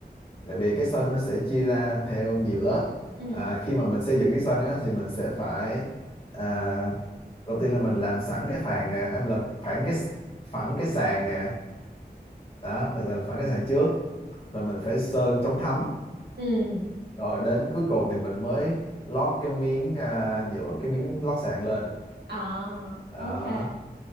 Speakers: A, on the left; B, on the right.
A: tại vì cái sân nó sẽ chia ra theo nhiều lớp
B: ừ.
A: à, khi mà mình xây dựng cái sân á, thì mình sẽ phải à, đầu tiên là mình làm sẵn cái phản nè em là phản cái phẳng cái sàn nè đó mình làm phẳng cái sàn trước rồi mình phải sơn chống thấm
B: Ừ.
A: rồi đến cuối cùng thì mình mới lót cái miếng à, nhựa cái miếng lót sàn lên
B: À,
A: đó
B: ok.